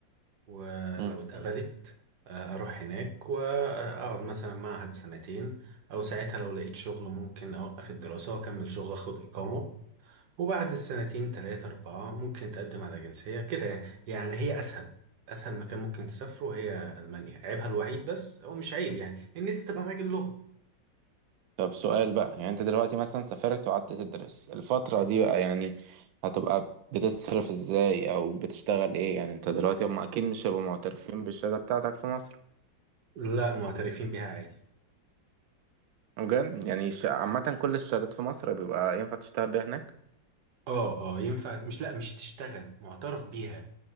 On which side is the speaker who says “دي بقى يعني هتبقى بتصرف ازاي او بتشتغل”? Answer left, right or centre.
Right